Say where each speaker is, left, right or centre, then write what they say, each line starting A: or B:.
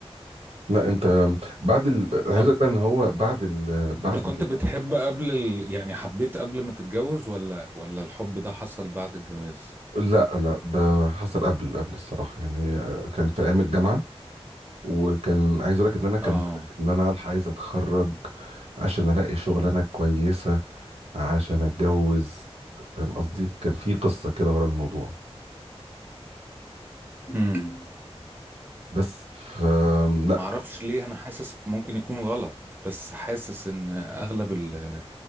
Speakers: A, on the right (about 75°); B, on the right (about 20°).
A: لا انت بعد ال... أنا
B: طب
A: عايز اقول بقى ان هو بعد ال... بعد
B: انت كنت
A: ال...
B: بتحب قبل ال... يعني حبيت قبل ما تتجوز ولا ولا الحب ده حصل بعد الجواز
A: لا لا ده حصل قبل قبل الصراحة يعني آه، كان في ايام الجامعة وكان عايز اقول لك ان انا كان
B: اه
A: ان انا الحق عايز اتخرج عشان الاقي شغلانه كويسه عشان اتجوز فاهم قصدي كان في قصه كده ورا الموضوع
B: امم
A: بس ف لا
B: معرفش ليه انا حاسس ممكن يكون غلط بس حاسس ان اغلب ال